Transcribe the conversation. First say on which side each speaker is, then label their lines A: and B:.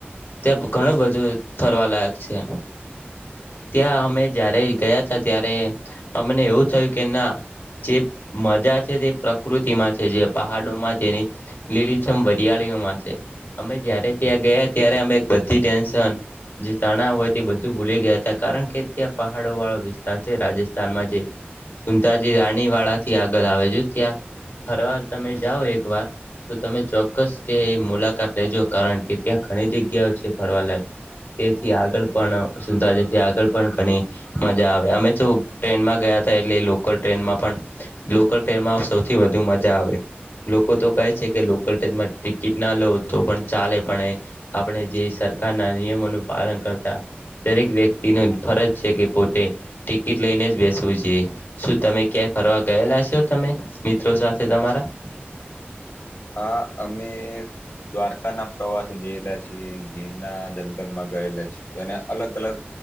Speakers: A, on the left; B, on the left.
A: ત્યાં ઘણું બધું ફરવા લાયક છે ત્યાં અમે જારે ગયા હતા ત્યારે અમને એવું થયું કે ના જે મજા છે તે પ્રકૃતિમાં છે જે પહાડોમાં જેની લીલીછમ વરિયાળી અમે જયારે ત્યાં ગયા ત્યારે અમે બધી ટેન્શન જે તણાાવ હોય તે બધું ભૂલી ગયા હતા કારણ કે ત્યાં પહાડો વાળા વિસ્ છે રાજસ્થાન જે સુંતાજી રાણી વાળા થી આગળ આવે છે ત્યાં ફરવાર તમે જાઓ એક વાર તો તમે ચોક્કસ ત્યા એ મુલાકાત લેજો કારણ કે ત્યાં ઘણી જગ્યાઓ છે ફરવાલાયક તેથી આગળ પણ સુંતાજીથી આગળ પણ ઘણી મજા આવે અમે તો ટ્રેનમાં ગયા એટલ ટ્રેનમાં પણ લોકલ ટ્રેનમાં સૌથી વધુ મજા આવે લોકો તો કહે છે કે લોકલ ટ્રેનમાં ટિકિટ ના લો તો પણ ચાલે પણ આપણે જે સરકારના નિયમોનું પાલન કરતા દરેક વ્યક્તિ ન ફરજ છે કે પોતે ટિકિટ લઈને જ બેસવું જોઈએ શું તમે કે ફરવા ગયેલા છો તમે મિત્રો સાથે તમારા
B: <inaudible> હા અમે દ્વારકા ના પ્રવાસે જયેલા છીએ ગીરના જંગ માં ગયે છે અનેને અલગ અલગ